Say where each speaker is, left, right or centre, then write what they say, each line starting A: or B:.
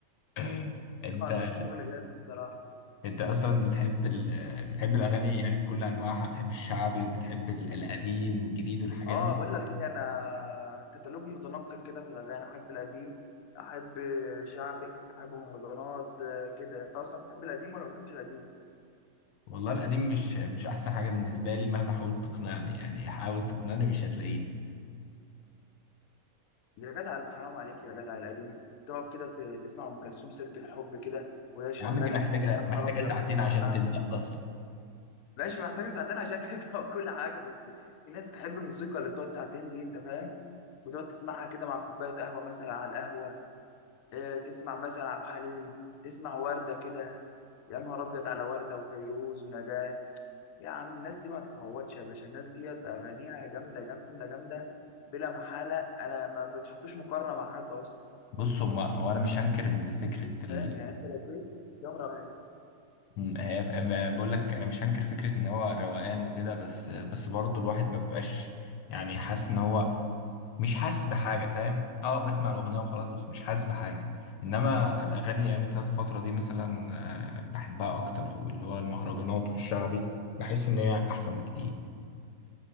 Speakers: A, on the left; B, on the left.
A: <laughs> انت
B: عاملين شغل جامد الصراحه
A: انت اصلا بتحب ال... بتحب الاغاني يعني بكل انواعها بتحب الشعبي وبتحب ال- القديم والجديد والحاجات
B: اه
A: دي
B: بقول لك ايه انا كتالوج متنقل كده في الاغاني احب القديم احب شعبي احب مهرجانات آه، كده انت اصلا بتحب القديم ولا ما بتحبش القديم
A: والله القديم مش مش احسن حاجة بالنسبة لي مهما حاولت تقنعني يعني حاول تقنعني مش هتلاقيني
B: يا جدع حرام عليك يا جدع القديم تقعد كده ت- تسمع ام كلثوم سيره الحب كده وهي شغاله
A: يا عم دي محتاجة
B: يا نهار
A: محتاجة
B: ابيض
A: ساعتين
B: تسمع
A: عشان تبدأ أصلا
B: ماشي محتاجه ساعتين عشان <laughs> تبدا كل حاجه بس في ناس بتحب الموسيقى اللي بتقعد ساعتين دي انت فاهم وتقعد تسمعها كده مع كوبايه قهوه مثلا على القهوه آه، تسمع مثلا عبد الحليم تسمع ورده كده يا نهار ابيض على ورده وفيروز ونجاة يا عم الناس دي ما تتعوضش يا باشا الناس دي اغانيها جامده جامده جامده بلا محاله انا ما بتحطوش مقارنه مع حد اصلا
A: بص هما هو أنا مش هنكر إن فكرة
B: فاهم
A: ال
B: يعني انت لو ايه جمرة
A: إن هي ف- أما بقول لك أنا مش هنكر فكرة إن هو روقان وكده بس بس برضه الواحد ما بيبقاش يعني حاسس إن هو مش حاسس بحاجة فاهم أه بسمع الأغنية وخلاص بس مش حاسس بحاجة إنما الأغاني يعني بتاعت الفترة دي مثلا آه، بحبها أكتر أو اللي هو المهرجانات والشعبي بحس إن هي أحسن بكتير